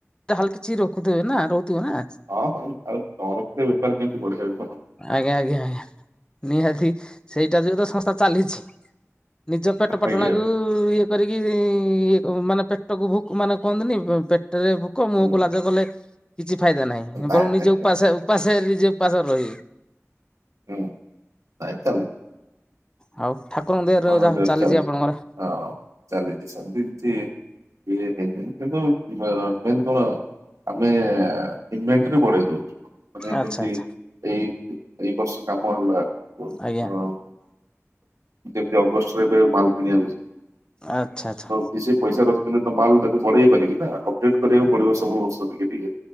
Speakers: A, on the left; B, on the right.
A: ତାହେଲ କିଛି ରଖୁଥିବେ ନା ରହୁଥିବେ ନା?
B: ହଁ ଆଉ ନ ରଖିଲେ ବେପାର କେମିତି ବଢ଼ିଚାଲିବ?
A: ଆଜ୍ଞା ଆଜ୍ଞା ଆଜ୍ଞା ନିହାତି ସେଇଟା ଯୋଗୁଁ ତ ସସ୍ଥା ଚାଲିଛି। ନିଜ ପେଟ ପାଟଣାକୁ
B: ଆଜ୍ଞା
A: ଇଏ କରିକି। ଏଇ ମାନେ ପେଟକୁ ଭୋକ ମାନେ କୁହନ୍ତିନି ପେଟରେ ଭୋକ ମୁହଁକୁ
B: ହୁଁ
A: ଲାଜ କଲେ କିଛି ଫାଇଦା ନାହିଁ
B: ନାଇଁ
A: ବରଂ
B: ନାଇଁ
A: ନିଜେ ଉପାସେ ଉପାସେ ନିଜେ ଉପାସରେ ରହିବେ।
B: ହୁଁ, ଆ ଚାଲୁ।
A: ହଉ ଠାକୁରଙ୍କ ଦୟାରୁ
B: ଭଲ
A: ଯାହା
B: ଜୋରେ
A: ଚାଲିଛି ଆପଣଙ୍କର।
B: ହଁ ଚାଲିଛି ସେମିତି କିଛି। ଇଏ ହେଇନି କିନ୍ତୁ ମେନ୍ କଣ ଆମେ ଇନଭେଟେରି ବଢେଇଦଉୁ। ମାନେ
A: ଆଚ୍ଛା
B: ଯେମିତି
A: ଆଚ୍ଛା
B: ଏଇ ଏଇ ବର୍ଷ କାମ ହେଲା।
A: ଆଜ୍ଞା।
B: ଓହୋ ଯେମିତି ଅଗଷ୍ଟରେ ଏବେ ମାଲ କିଣିବାକୁଚ
A: ଆଚ୍ଛା ଆଚ୍ଛା
B: କି ସେ ପଇସା ରଖୁଛନ୍ତି ତ ମାଲ ତାକୁ ବଢେଇ ପାରିବି ନା ଅପଡେଟ୍ କରିବାକୁ ପଡିବ ସବୁ ବଧ କି ଟିକେ